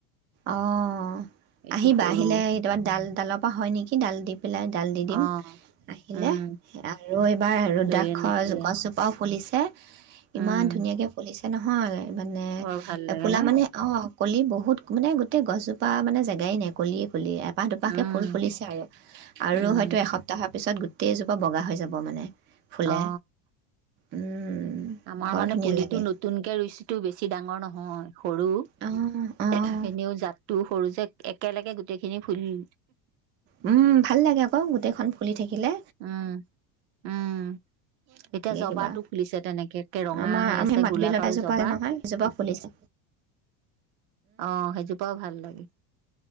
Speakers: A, on the right; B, on the right.
A: অঁঃ
B: এইটো
A: আহিবা
B: সৰু
A: আহিলে কেতিয়াবা ডাল ডালৰ পৰা হয় নেকি ডাল দি পেলাই ডাল দি দিম
B: অ
A: আহিলে
B: উম
A: আৰু এইবাৰ ৰুদ্ৰাশৰ
B: লৈ আনিম দিয়া
A: গছজোপাও ফুলিছে। ইমান
B: উম
A: ধুনীয়াকে ফুলিছে। এ নহ'য়। মানে
B: বৰ ভাল লাগে
A: ফুলা
B: ন
A: মানে অঁঁ কলি বহুত মানে গোটেই গছজোপা মানে জেগাই নাই কলিয়ে। ফুলি এপাহ দুপাহকে
B: উম
A: ফুল ফুলিছে আৰু আৰু
B: উম
A: হয়তো এসপ্তাহৰ পিছত গোতেই গোতেই জোপা বগা হৈ যাব মানে ফুলে
B: অ
A: উম,
B: আমাৰ
A: বৰ
B: মানে
A: ধুনীয়া
B: পুলিটো
A: লাগে
B: নতুনকে ৰুইছোঁ টো বেছি ডাঙৰ নহয় সৰু
A: অঁ অঁ
B: এনেও জাতটো সৰু যে। একেলগে গোটেই খিনি ফুলিল।
A: উম ভাল লাগে আকৌ গোটেইখন ফুলি থাকিলে। থাকিলে
B: উম উম। এতিয়া জবাটো
A: কিবা
B: ফুলিছে তেনেকে একে ৰঙা
A: আমাৰ
B: হৈ
A: আমি
B: আছে
A: মাধুৰী
B: গোলাপ
A: লতাজোপা
B: আৰু জবা
A: নহয় সেইজোপা ফুলিছে
B: অঁঃ সেইজোপাও ভাল লাগে।